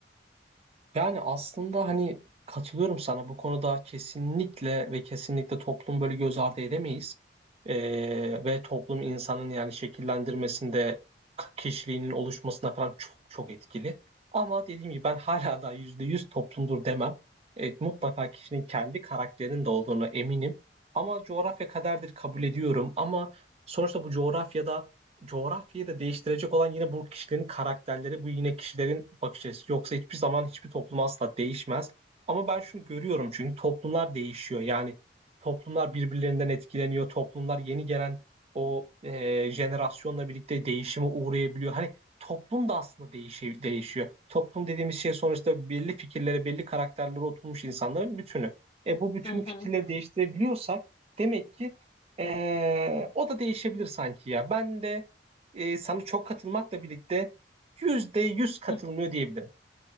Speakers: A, on the right (about 35°); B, on the left (about 30°).
A: Yani aslında hani katılıyorum sana bu konuda kesinlikle ve kesinlikle toplum böyle göz ardı edemeyiz. Ee, ve toplum insanın yani şekillendirmesinde k- kişiliğinin oluşmasına falan çok çok etkili. Ama dediğim gibi ben hala da %100 toplumdur demem. Ee, mutlaka kişinin kendi karakterinin de olduğunu eminim. Ama coğrafya kaderdir kabul ediyorum. Ama sonuçta bu coğrafyada coğrafyayı da değiştirecek olan yine bu kişilerin karakterleri, bu yine kişilerin bakış açısı. Yoksa hiçbir zaman hiçbir toplum asla değişmez. Ama ben şunu görüyorum çünkü toplumlar değişiyor. Yani toplumlar birbirlerinden etkileniyor. Toplumlar yeni gelen o e, jenerasyonla birlikte değişime uğrayabiliyor. Hani toplum da aslında değişi- değişiyor. Toplum dediğimiz şey sonuçta belli fikirlere, belli karakterlere oturmuş insanların bütünü. E bu bütün
B: Hı hı.
A: fikirleri değiştirebiliyorsak demek ki e, o da değişebilir sanki ya. Ben de e, sana çok katılmakla birlikte yüzde yüz katılmıyor
B: Hı.
A: diyebilirim.